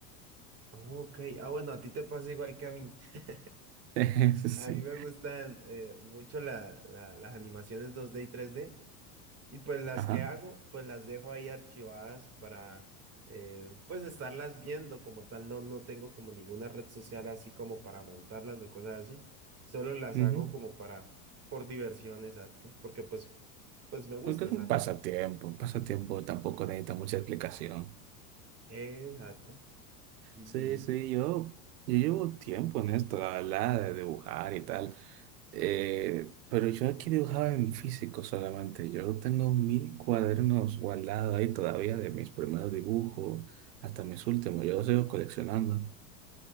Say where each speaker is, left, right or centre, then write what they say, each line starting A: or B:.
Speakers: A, on the right (about 30°); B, on the right (about 80°).
A: Ok, ah, bueno, a ti te pasa igual que a mí. <laughs>
B: <laughs> Sí, sí,
A: A mí me gustan eh, mucho la, la- las animaciones dos d y tres d Y pues las
B: ajá.
A: que hago, pues las dejo ahí archivadas para eh, pues estarlas viendo como tal. No, no tengo como ninguna red social así como para montarlas o cosas así. Solo las
B: Ujú.
A: hago como para, por diversión, exacto. Porque pues, pues me gusta,
B: Porque es
A: exacto.
B: un pasatiempo, un pasatiempo tampoco necesita mucha explicación.
A: Exacto. Sí,
B: Sí,
A: sí.
B: sí, yo, yo llevo tiempo en esto, la verdad, de dibujar y tal. Eh, pero yo aquí dibujaba en físico solamente. Yo tengo mil cuadernos guardados ahí todavía de mis primeros dibujos hasta mis últimos. Yo los sigo coleccionando.